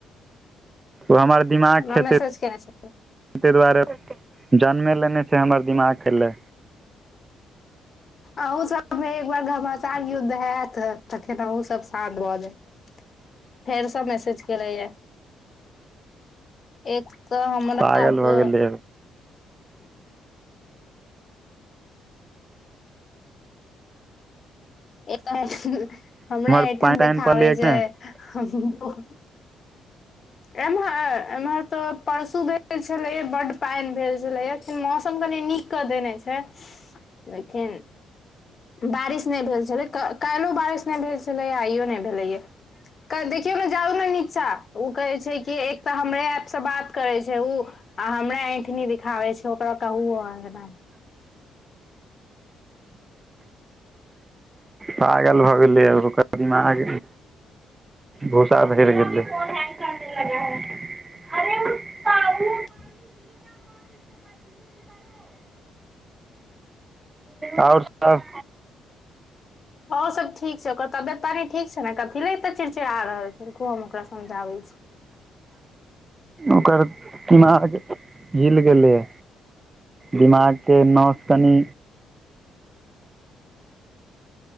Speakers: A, on the right; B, on the left.
A: ओ हमर दिमाग
B: हमरा
A: खेतै
B: मैसेज केने छै
A: तै दुआरे जनमे लेने छै हमर दिमाग खाइ ले
B: अहुं सबमे एक बार घमाासार युद्ध हयत तखैन अहुं सब शान्त भ जायब। फेर सब मेसेज भेलैये, एक त हमरा
A: पागल
B: और के
A: भऽ गेलै
B: एतै,
A: उम्हर
B: हमरा एहिठाम
A: पानि तानि
B: देखाबै
A: पड़लै कि
B: छै,
A: नहि
B: हमहु एमहर, एमहर त परसु भेल छलैये बड्ड पानि भेल छलैये मौसम कनि नीक कऽ देने छै, लेकिन बारिस नै भेल छलै, काल्हियो बारिस नहि भेल छलैये आइयो नहि भेलैये। कनि देखियौ नऽ जाउ नऽ निचा कहे छै कि एक तऽ हमरे ऐप सऽ बात करे छै उ आ हमरे ऐठनी दिखाबै छै। ओकरा त ओहो आबै ह ने
A: पागल भ गेलैये, ओकरा दिमाग भूसा भरि गेलैये <unintelligible> अरे उत्तर।
B: <inaudible>
A: और सभ
B: और सभ ठीक छै ओकर तबियत टा नै ठीक छै कथि ले एते चिड़चिड़ा रहल छी देखियौ हम ओकरा समझाबै छै
A: ओकर दिमाग हिल गेलैये। दिमाग के नस कनि